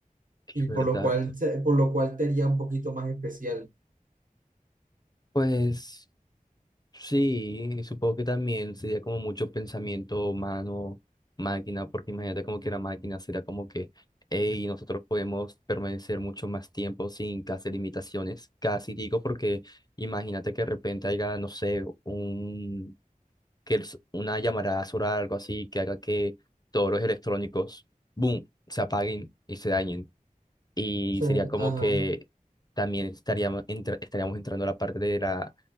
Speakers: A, on the left; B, on the right.
A: es
B: y
A: verdad.
B: por lo cual, se- por lo cual te haría un poquito más especial.
A: Pues. Sí, y supongo que también sería como mucho pensamiento humano, máquina, porque imagínate como que la máquina sería como que, hey, nosotros podemos permanecer mucho más tiempo sin casi limitaciones, casi digo, porque imagínate que de repente haya, no sé, un, que el- una llamarada solar, o algo así, que haga que todos los electrónicos, boom, se apaguen y se dañen. Y
B: O sea,
A: sería como
B: ajá.
A: que también estaríamos, entra- estaríamos entrando a la parte de la